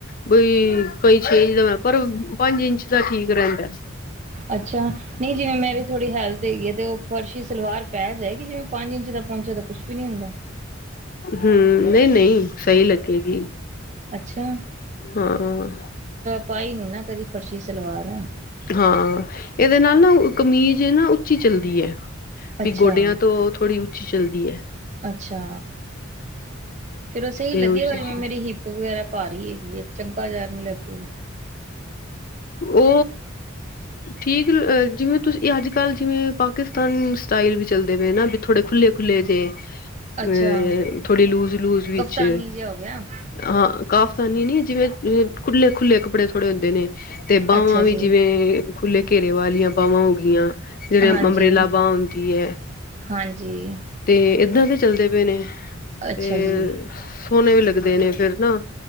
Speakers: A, on the left; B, on the right.
A: ਬਈ ਕਈ ਛੇ ਇੰਚ ਦਾ ਪਰ ਪੰਜ ਇੰਚ ਦਾ ਠੀਕ ਰੈਂਦਾ।
B: ਅੱਛਾ ਨਈ ਜਿਵੇਂ ਮੇਰੀ ਥੋੜ੍ਹੀ ਹੈਲਥ ਹੈਗੀ ਐ ਤੇ‌ ਓ ਫਰਸ਼ੀ ਸਲਵਾਰ ਪੈ ਜਾਏਗੀ ਜਿਵੇਂ ਪੰਜ ਇੰਚ ਦਾ ਪੋਂਚੇ ਤਾਂ ਕੁਛ ਵੀ ਨੀ ਹੁੰਦਾ।
A: ਹੂੰ ਨਈ-ਨਈ ਸਈ ਲੱਗੇਗੀ।
B: ਅੱਛਾ,
A: ਹਾਂ
B: ਪਾਈ ਨੀ ਨਾ ਕਦੀ ਫਰਸ਼ੀ ਸਲਵਾਰ।
A: ਹਾਂ, ਇਦੇ ਨਾਲ ਨਾ ਕਮੀਜ਼ ਨਾ ਉੱਚੀ ਚੱਲਦੀਏ।
B: ਅੱਛਾ,
A: ਵੀ ਗੋਡੇਆਂ ਤੋਂ ਥੋੜ੍ਹੀ ਉੱਚੀ ਚੱਲਦੀ ਏ।
B: ਅੱਛਾ, ਫੇਰ ਓ ਸਈ
A: ਤੇ
B: ਲੱਗੇਗਾ
A: ਉਹ ਚੀਜ਼
B: ਜਿਵੇਂ ਮੇਰੀ ਹਿੱ ਪ ਵਗੈਰਾ ਪਾਰੀ ਹੈਗੀ ਏ, ਚਗਾ ਜਹਾ ਨੀ ਲੱਗੇਗਾ।
A: ਓ ਠੀਕ, ਜਿਵੇਂ ਤੁਸੀਂ ਅੱਜ-ਕੱਲ ਜਿਵੇਂ ਪਾਕਿਸਤਾਨ ਸਟਾਈਲ ਵੀ ਚੱਲਦੇ ਪਏ ਨਾ, ਬੀ ਥੋੜ੍ਹੇ ਖੁੱਲ੍ਹੇ-ਖੁੱਲ੍ਹੇ ਜੇ
B: ਅੱਛਾ
A: ਅ ਥੋੜੀ ਲੂਜ-ਲੂਜ ਵਿੱਚ।
B: ਕਫਤਾਨੀ ਜਿਹਾ ਹੋ ਗਿਆ।
A: ਹਾਂ ਕਾਫ਼ਤਾਨੀ ਨੀ ਜਿਵੇਂ ਕੁਲ੍ਹੇ-ਖੁੱਲੇ ਕੱਪੜੇ ਥੋੜ੍ਹੇ ਹੁੰਦੇ ਨੇ। ਤੇ ਬਾਵਾਂ
B: ਅੱਛਾ ਜੀ,
A: ਵੀ ਜਿਵੇਂ, ਖੁੱਲੇ ਘੇਰੇ ਵਾਲੀਆਂ ਬਾਵਾਂ ਹੋਗੀਆਂ। ਜੇੜੇ
B: ਹਾਂਜੀ,
A: ਅੰਮਰੇਲਾ ਬਾਂ ਹੁੰਂਦੀ ਐ।
B: ਹਾਂਜੀ।
A: ਤੇ ਏਦਾਂ ਦੇ ਚੱਲਦੇ ਪੇ ਨੇ
B: ਅੱਛਾ
A: ਤੇ
B: ਜੀ,
A: ਸੋਹਣੇ ਵੀ ਲੱਗਦੇ ਨੇ ਫੇਰ ਨਾ,